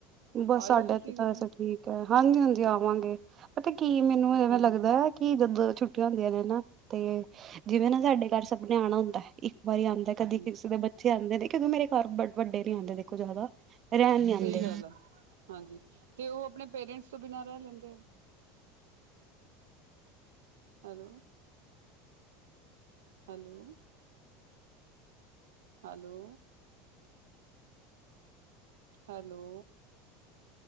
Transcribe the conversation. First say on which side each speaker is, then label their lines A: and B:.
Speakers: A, on the right; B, on the right.
A: ਬਸ
B: ਆਇਓ
A: ਸਾਡੇ
B: ਤੁਸੀਂ
A: ਇਥੇ ਤਾਂ
B: ਕਦੇ
A: ਐਸੇ
B: ਹੂੰ
A: ਠੀਕ ਐ ਹਾਂਜੀ ਹਾਂਜੀ ਆਵਾਂਗੇ ਪਤਾ ਕੀ ਮੈਨੂੰ ਐਵੇਂ ਲੱਗਦਾ
B: ਹੂੰ
A: ਕੀ ਜਦੋਂ ਛੁੱਟੀਆਂ ਹੁੰਦੀਆਂ ਨੇ ਨਾ ਤੇ ਜਿਵੇਂ ਨਾ ਸਾਡੇ ਘਰ ਸਭ ਨੇ ਆਣਾ ਹੁੰਦਾ ਇੱਕ ਵਾਰੀ ਆਂਦਾ ਕਦੀ
B: ਹੂੰ
A: ਕਿਸੇ ਦੇ ਬੱਚੇ ਆਂਦੇ ਨੇ ਕਿਉਂਕਿ ਮੇਰੇ ਘਰ ਵੱਡੇ ਨੀ ਆਂਦੇ ਦੇਖੋ ਜ਼ਿਆਦਾ, ਰਹਿਣ ਨੀ ਆਂਦੇ।
B: ਸਹੀ ਗੱਲ ਆ ਹਾਂਜੀ ਤੇ ਉਹ ਆਪਣੇ ਪੇਰੈਂਟਸ ਤੋਂ ਬਿਨਾ ਰਹਿ ਲੈਂਦੇ ਆ। Hello. Hello. Hello. Hello,